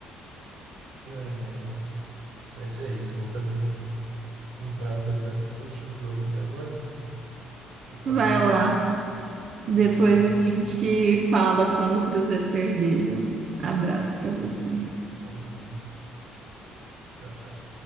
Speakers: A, on the right; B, on the right.
A: Ai, ai. Mas é isso, eu vou fazer um, um prato ali pra mim, que eu vou assistir o jogo aqui agora, do Cabuloso,
B: Vai lá. Depois
A: e aí depois
B: a gente
A: a gente conversa.
B: fala quando o Cruzeiro perder, viu? Abraço pra você.
A: Que isso. Aí não. Tchau, tchau.